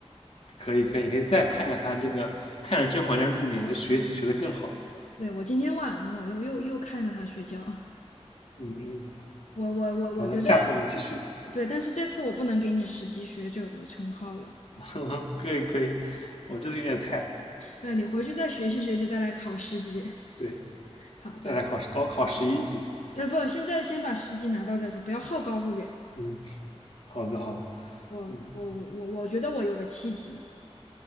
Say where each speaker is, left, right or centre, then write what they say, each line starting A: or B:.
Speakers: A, on the left; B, on the left.
A: 可以，可以，你可以再看看他这个，看着《甄嬛传》入眠，就学习学得更好。
B: 对，我今天晚上我又又又看着他睡觉，
A: 嗯嗯，
B: 我我我我觉得
A: 好的，下次我们继续。
B: 对，但是这次我不能给你十级学者的称号了，
A: <laughs> 可以，可以，我这里有点菜，
B: 那你回去再学习学习，再来考十级。
A: 对，
B: <laughs> 好的。
A: 再来考试，高考十一级。
B: 呃，不，现在先把十级拿到再说，不要好高骛远。
A: 嗯，好的，好的，
B: 我我我我我觉得我有个七级，
A: 嗯